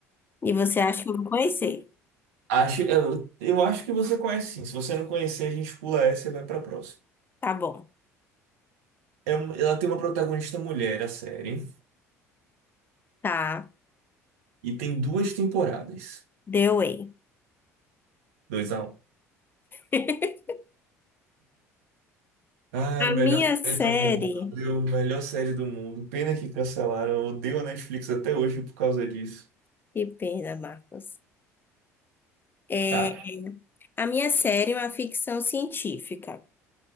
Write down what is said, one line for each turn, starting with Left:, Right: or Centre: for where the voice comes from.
Left: E você acha que eu vou conhecer?
Right: Acho, eu, eu acho que você conhece sim. Se você não conhecer, a gente pula essa e vai pra próxima.
Left: Tá bom.
Right: É uma- ela tem uma protagonista mulher, a série,
Left: Tá.
Right: e tem duas temporadas.
Left: The Way.
Right: Dois a um.
Left: <laughs>
Right: Ai,
Left: A
Right: melhor
Left: minha série.
Right: série do mundo, viu? Melhor série do mundo. Pena que cancelaram. Eu odeio a Netflix até hoje por causa disso.
Left: Que pena, Marcos. é
Right: Tá,
Left: A minha série é uma ficção científica.